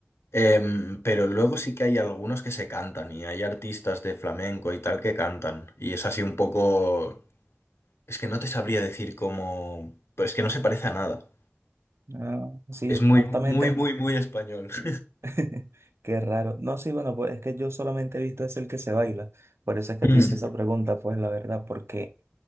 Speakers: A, on the left (about 70°); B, on the right (about 70°).
A: Em, pero luego sí que hay algunos que se cantan y hay artistas de flamenco y tal que cantan. Y es así un poco... Es que no te sabría decir cómo... Pues que no se parece a nada.
B: Ah, sí,
A: Es muy,
B: justamente.
A: muy, muy, muy español. <laughs>
B: <laughs> Qué raro. No, sí, bueno, pues es que yo solamente he visto es el que se baila. Por eso es que
A: Mm.
B: te hice esa pregunta, pues la verdad, porque